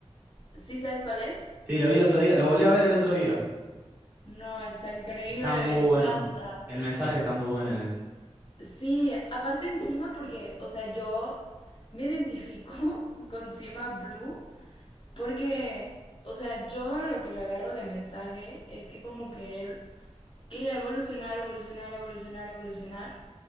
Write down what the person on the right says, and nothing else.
Sí, lo vi el otro día, lo volví a ver el otro día.
Está muy
bueno.
El mensaje está muy bueno en ese.